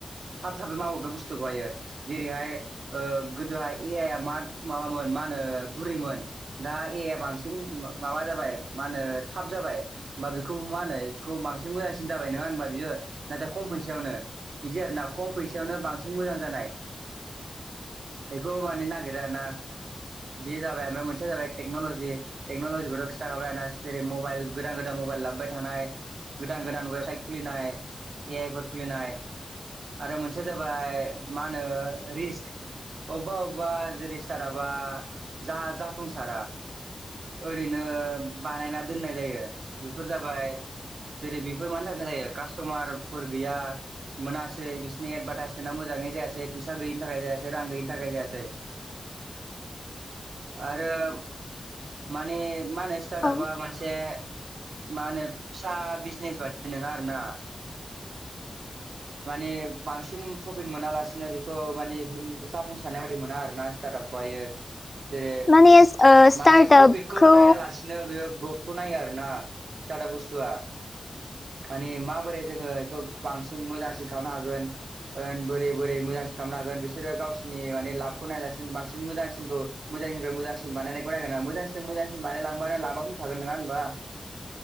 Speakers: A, on the right; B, on the left.
A: थाब थाबै मावो बे बुस्थुखौहायो जेरैहाय ओ गोदोहाय ए आइ आ मा माबामोन मा हो गुरैमोन दा ए आइ आ बांसिन माबा जाबाय मा होनो थाब जाबाय <unintelligible> बेखौ मा होनो बेखौ बांसिन मोजांसिन जाबाय नङा होनबा बियो। नाथाय खम फैसायावनो बिदि आरो ना खम फैसायावनो बांसिन मोजां जानाय बेखौ मानि नागिरा आरोना। बे जाबाय आरो ना मोनसेया जाबाय टेक्न'लजि। टेक्न'लजिफोरा खिथाखाबाय आरो ना जेरै मबाइल गोदान गोदान मबाइल लाबोबाय थानाय, गोदान गोदान वेबसाइट खुलिनाय, ए आइ फोर खुलिनाय आरो मोनसेया जाबाय मा होनो रिस्क अबेबा अबेबा जेरै स्टार्टाप बा जा-जाफुंसारा ओरैनो बानायना दोननाय जायो। बेफोर जाबाय जेरै बेफोर मानि थाखाय जायो कास्ट'मारफोर गैया मोनासै बिसोरनि एडभार्टाइसमेन्टआ मोजां जायासै, फैसा गैयैनि थाखाय जायासै, रां गैयैनि थाखाय जायासै आरो माने मा होनो स्टार्टापा
B: औ
A: मोनसे मा होनो फिसा बिजनेस बायदि नोङा आरो ना माने बांसिन ट्रफिट मोनालासिनो बेखौ माने <unintelligible> जाफुंसारनाय बायदि मोना आरो ना। स्टार्टापखौहायो। जेरै
B: माने ओ स्टार्टआपखौ
A: माने प्रफिटखौ नायालासिनो बेयो <unintelligible> खौ नायो आरो ना स्टार्टाप बुस्थुवा। माने माबोरै जोङो बेखौ बांसिन मोजांसिन खालामनो हागोन। ओं बोरै बोरै मोजांसिन खामनो हागोन बिसोरो गावसिनि माने लाबखौ नायालासि बांसिन मोजांसिनखौ मोजांनिफ्राय मोजांसिन बानायनायखौ नायगोना मोजांसिन मोजांसिन बानायलांबानो लाबा फैखागोन नोङा होनबा